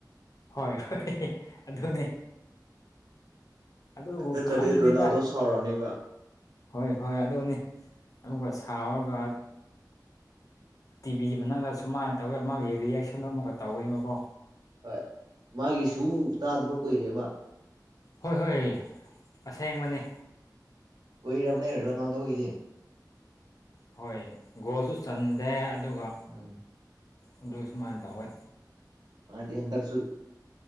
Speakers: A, on the left; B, on the right.
A: ꯍꯣꯏ ꯍꯣꯏ ꯑꯗꯨꯅꯦ ꯑꯗꯨꯕꯨ
B: ꯅꯠꯇ꯭ꯔꯗꯤ
A: ꯈꯪꯅꯤꯗ
B: ꯔꯣꯅꯥꯜꯗꯣ ꯁꯥꯎꯔꯅꯦꯕ
A: ꯍꯣꯏ ꯍꯣꯏ ꯑꯗꯨꯅꯤ ꯑꯗꯨꯒ ꯁꯥꯎꯔꯒ ꯇꯤꯚꯤ ꯃꯅꯨꯡꯗ ꯁꯨꯃꯥꯏꯅ ꯇꯧꯋꯤ ꯑꯃꯒꯤ ꯔꯤꯌꯦꯁꯟ ꯑꯃꯒ ꯇꯧꯋꯦꯕꯀꯣ
B: ꯍꯣꯏ ꯃꯥꯒꯤ ꯁꯨ ꯇꯥꯗꯕ ꯀꯨꯏꯔꯦꯕ
A: ꯍꯣꯏ ꯍꯣꯏ ꯑꯁꯦꯡꯕꯅꯤ
B: ꯀꯣꯏ ꯔꯕꯅꯦ ꯔꯔꯣꯅꯗꯧꯒꯤꯗꯤ
A: ꯍꯣꯏ ꯒꯣꯁꯨ ꯆꯟꯗꯦ ꯑꯗꯨꯒ
B: ꯎꯝ
A: ꯑꯗꯨ ꯁꯨꯃꯥꯏꯅ ꯇꯧꯧꯦ
B: ꯍꯥꯏꯗꯤ ꯍꯟꯗꯛꯁꯨ